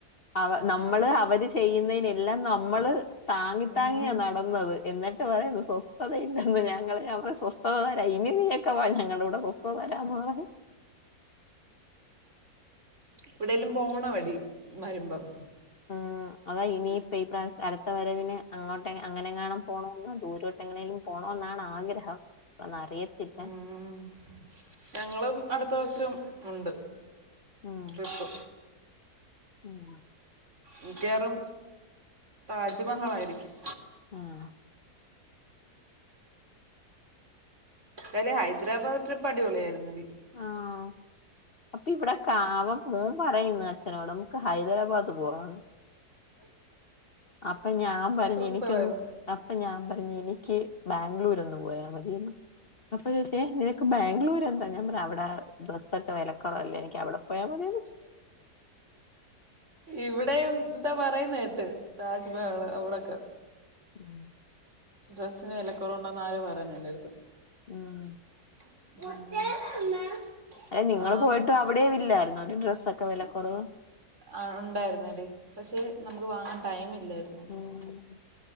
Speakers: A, on the left; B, on the right.
A: അവ നമ്മള് അവര് ചെയ്യുന്നതിനെല്ലാം നമ്മള് താങ്ങി
B: ഉം
A: താങ്ങിയാ നടന്നത്. എന്നിട്ട് പറയന്നു സ്വസ്ഥതയില്ലെന്ന്. ഞങ്ങള് ഞാൻ പറഞ്ഞ് സ്വസ്ഥത തരാം. ഇനി നീയൊക്കെ വാ ഞങ്ങളൂടെ, സ്വസ്ഥത തരാന്ന് പറഞ്ഞ്.
B: എവിടേലും പോണവഴി വരുമ്പം.
A: ഉം അതാ ഇനിപ്പ ഈ പ്രാവശ്യം അടുത്ത വരവിന് അങ്ങോട്ട് അങ്ങനെങ്ങാണം പോണോന്ന് ദൂരോട്ട്. എങ്ങനേലും പോണോന്നാണ് ആഗ്രഹം. എന്നാറിയത്തില്ല.
B: ഉം ഞങ്ങളും അടുത്ത വർഷം ഉണ്ട്
A: ഉം
B: ട്രിപ്പ്
A: ഉം
B: മിക്കവാറും താജ്മഹാളായിരിക്കും
A: ആഹ്
B: എന്തായാലും ഹൈദരാബാദ് ട്രിപ്പ് അടിപൊളിയായിരുന്നടി
A: ആഹ് അപ്പൊ ഇവിടെ കാവം മൂൻ പറയുന്നു അച്ഛനോട് നമുക്ക് ഹൈദരാബാദ് പോവാന്ന് അപ്പൊ ഞാൻ പറഞ്ഞു
B: സൂപ്പറായിരുന്നു
A: എനിക്കൊന്ന് അപ്പൊ ഞാൻ പറഞ്ഞു നിക്ക് ബാംഗ്ലൂർ ഒന്ന് പോയാ മതിയന്ന് അപ്പൊ ചോയ്ചെ നിനക്ക് ബാംഗ്ലൂര് എന്താ ഞാൻ പറഞ്ഞ് അവിടെ ഡ്രസ്സൊക്കെ വിലക്കുറവല്ലേ എനിക്ക് അവിടെ പോയാ മതി
B: ഇവിടെ എന്താ പറയുന്ന കേട്ട് താജ്മഹള് അവിടെൊക്കെ
A: മ്
B: ഡ്രസ്സിന് വിലക്കുറവുണ്ടെന്ന ആര് പറഞ്ഞട്ടണ്ട്ടുത്ത്?
A: ഉം
B: <unintelligible>
A: എ നിങ്ങ
B: ആ,
A: പോയിട്ടും അവിടെ ഇല്ലായിരുന്നൊ ഡ്രസ്സൊക്കെ വിലക്കുറവ്?
B: ആ ഉണ്ടായിുന്നടി പക്ഷെ നമുക്ക് വാങ്ങാൻ ടൈം ഇില്ലായിരുന്നു.
A: <unintelligible>